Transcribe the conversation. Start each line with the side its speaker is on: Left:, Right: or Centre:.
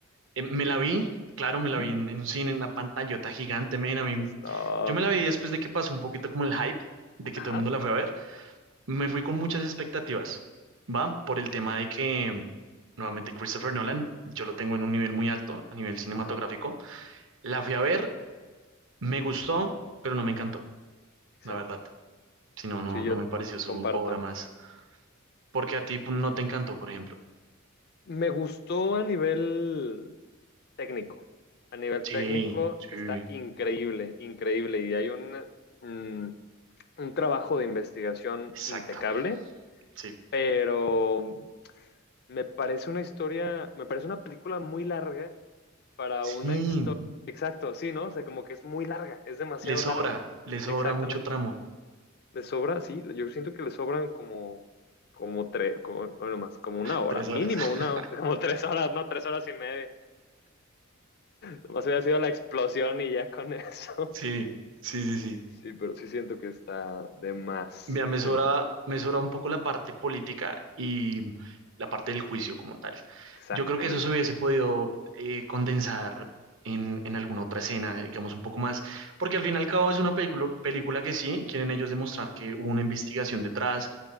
Right: Eh, me la vi, claro, me
Left: ujú.
Right: la vi en, en un cine, en una pantallota gigante, men, a mí-
Left: Eso está.
Right: yo me la vi después de que pasó un poquito como el hype, de que
Left: Ajá,
Right: todo el mundo la fue a ver. Me fui con muchas expectativas, ¿va? Por el tema de que, nuevamente, Christopher Nolan, yo lo tengo en un nivel muy alto a nivel cinematográfico.
Left: ajá,
Right: La fui a ver, me gustó, pero no me encantó,
Left: exacto.
Right: la verdad. Si no, no,
Left: Sí,
Right: no
Left: yo
Right: me pareció su
Left: comparto.
Right: obra más. Porque a ti no te encantó, por ejemplo.
Left: Me gustó a nivel técnico. A nivel
Right: Sí,
Left: técnico
Right: sí,
Left: está increíble, increíble. Y hay un, mm, un trabajo de investigación
Right: exacto.
Left: impecable,
Right: Sí,
Left: pero me parece una historia, me parece una película muy larga para
Right: sí,
Left: una historia. Exacto, sí, ¿no? O sea, como que es muy larga, es demasiado
Right: le sobra,
Left: larga.
Right: le sobra
Left: Exactamente.
Right: mucho tramo.
Left: Le sobra, sí, yo siento que le sobran como, como tres, como, no no más, como una
Right: <laughs>
Left: hora,
Right: Tres
Left: mínimo
Right: horas. <laughs>
Left: una hora, <laughs> como tres horas, no, tres horas y media. Nomás hubiera sido la explosión y ya con <laughs> eso.
Right: Sí, sí, sí, sí.
Left: Sí, pero sí siento que está de más,
Right: Mira, me sobra,
Left: de más.
Right: me sobra un poco la parte política y la parte del juicio como tal.
Left: Exactamente.
Right: Yo creo que eso se hubiese podido eh, condensar en, en alguna otra escena, digamos un poco más, porque al fin y al cabo es una película, película que sí, quieren ellos demostrar que hubo una investigación detrás